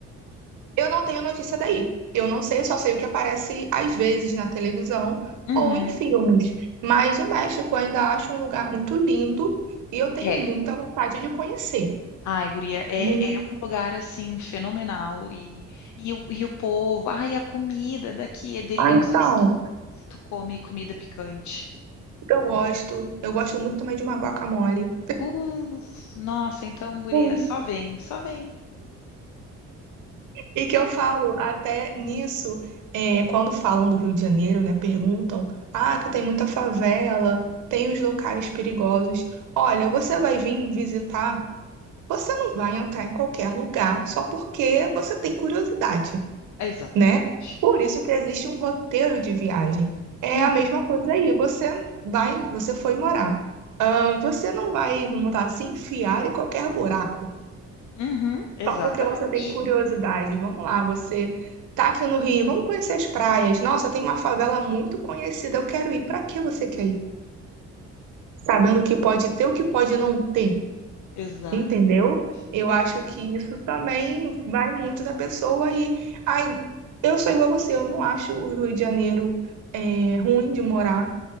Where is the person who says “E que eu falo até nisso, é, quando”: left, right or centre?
Right